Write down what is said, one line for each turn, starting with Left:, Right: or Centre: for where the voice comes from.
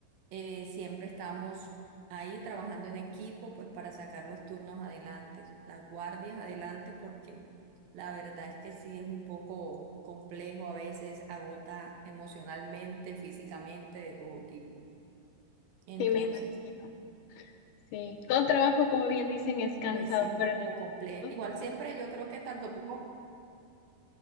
Right: eh, siempre estamos ahí trabajando en equipo, pues para sacar los turnos adelante, las guardias adelante, porque la verdad es que sí es un poco complejo a veces, agota emocionalmente, físicamente, de todo tipo. Entonces,
Left: Sí, me imagino. Sí. Todo trabajo, como bien dicen, es cansado,
Right: pues sí es un
Left: pero
Right: poco
Left: la gratitud,
Right: complejo. Igual siempre yo creo que tanto tú como...